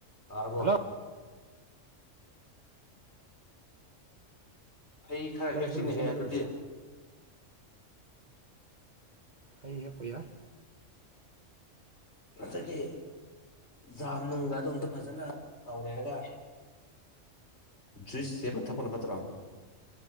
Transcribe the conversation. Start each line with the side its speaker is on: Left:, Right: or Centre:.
Left: ꯇꯥꯔꯕ
Right: ꯍꯜꯂꯣ
Left: ꯍꯩ ꯈꯔ
Right: ꯄꯥ
Left: ꯍꯦꯛꯁꯤꯅꯦꯍꯦ
Right: ꯁꯦꯝꯃꯤꯁ ꯃꯅꯨꯡꯁꯤ
Left: ꯑꯗꯨꯗꯤ
Right: ꯍꯩ ꯍꯦꯛꯄ ꯌꯥꯔ
Left: ꯑꯁꯗꯒꯤ ꯖꯥꯝ ꯅꯨꯡꯗꯗꯣ ꯑꯝꯇ ꯐꯖꯅ ꯇꯧꯔꯦꯔꯒ ꯖꯨꯏꯁ ꯁꯦꯝꯅ ꯊꯛꯄꯅ ꯐꯠꯇ꯭ꯔꯣ